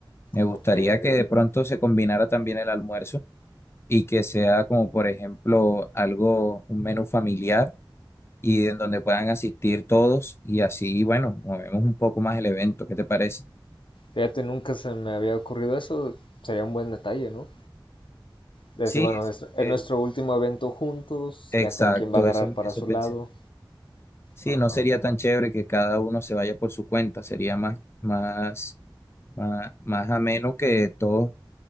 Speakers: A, on the left (about 30°); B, on the left (about 80°).
A: Me gustaría
B: Ok,
A: que de pronto se combinara también el almuerzo y que sea como por ejemplo algo, un menú familiar y en donde puedan asistir todos y así, bueno, movemos un poco más el evento, ¿qué te parece?
B: fíjate, nunca se me había ocurrido eso, sería un buen detalle, ¿no? Decir,
A: Sí,
B: bueno,
A: eso,
B: es, es
A: eh,
B: nuestro último evento juntos,
A: exacto,
B: ya cada quien va a agarrar
A: eso,
B: para
A: eso
B: su
A: pensé.
B: lado.
A: Sí,
B: Ajá,
A: no sería tan chévere que cada uno se vaya por su cuenta, sería más, más, más, más ameno que todos